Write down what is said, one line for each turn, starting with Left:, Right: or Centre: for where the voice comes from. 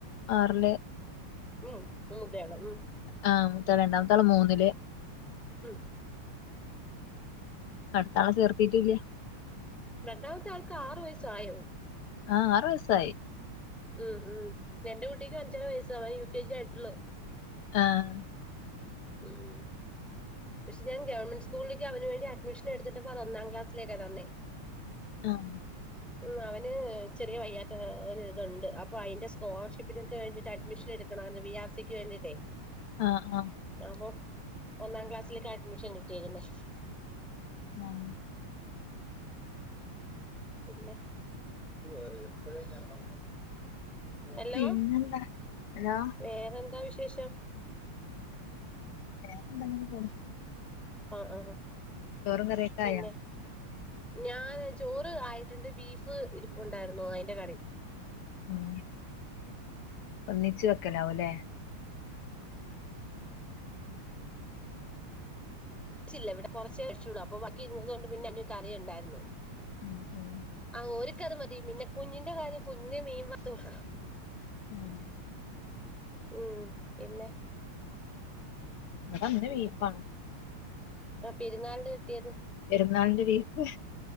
Left: ആറില്
Centre: ഉം മൂത്തയാള് ഉം
Left: ആ മൂത്തയാള് രണ്ടാമത്താള് മൂന്നില്
Centre: ഉം
Left: അടുത്താള ചേർത്തീട്ടില്ല
Centre: രണ്ടാമത്തെ ആൾക്ക് ആറു വയസ്സായോ
Left: ആ ആറ് വയസായി
Centre: ഉം ഉം എന്റെ കുട്ടിക്ക് അഞ്ചര വയസ്സവാൻ യു കെ ജി ആയിട്ടുള്ളോ
Left: ആഹ്
Centre: ഉം പക്ഷെ ഞാൻ ഗവൺമെന്റ് സ്കൂളിലേക്ക് അവന് വേണ്ടി അഡ്മിഷൻ എടുതിട്ടപ്പോ അതു ഒന്നാം ക്ലാസിലേക്ക തന്നെ
Left: ആഹ്
Centre: ഉം അവന് ചെറിയ വയ്യാത്ത ഒ ഒരു ഇതുണ്ട് അപ്പൊ അയ്ന്റെ സ്കോളർഷിപ്പിലേക്ക് വേണ്ടിട്ട് അഡ്മിഷൻ എടു ടുക്കണമായിരുന്നു വി ആർ സിക്ക് വേണ്ടിയിട്ടേ
Left: ആഹ് ആഹ്
Centre: അപ്പൊ ഒന്നാം ക്ലാസ്സിലേക്ക അഡ്മിഷൻ കിട്ടിയേക്കുന്നേ
Left: ആഹ്
Centre: പിന്നെ ഇ എപ്പഴേ ഞാൻ വന്നേ ഹലോ
Left: പിന്നെന്താ ഹലോ
Centre: വേറെന്താ വിശേഷം
Left: വേറെന്താ ഇങ്ങനെ പോണു
Centre: ആഹ് ആഹ് ആഹ്
Left: ചോറും കറിം ഒക്കായോ
Centre: പിന്നെ ഞാൻ ചോറ് ആയിട്ടുണ്ട് ബീഫ് ഇരിപ്പുണ്ടായിരുന്നു അയ്ന്റെ കറി
Left: ഉം ഒന്നിച്ചു വെക്കലാവും ല്ലേ
Centre: ച്ചില്ല ഇവിടെ കുറച്ച് വെച്ചുള്ളൂ അപ്പോ ബാക്കി ഇരുന്നത് കൊണ്ട് പിന്നെ കറിയുണ്ടായിരുന്നു
Left: ഉം ഉം
Centre: ആ ഓര്ക്കത് മതി പിന്നെ കുഞ്ഞിന്റെ കാര്യം കുഞ്ഞിന് മീൻ വർത്തു കൊടുക്കണം
Left: ആഹ്
Centre: ഉം പിന്നെ
Left: വടെ ന്ന് ബീഫാണ്
Centre: ആ പെരുന്നാളിന് കിട്ടിയത്
Left: പെരുന്നാളിന്റെ ബീഫ്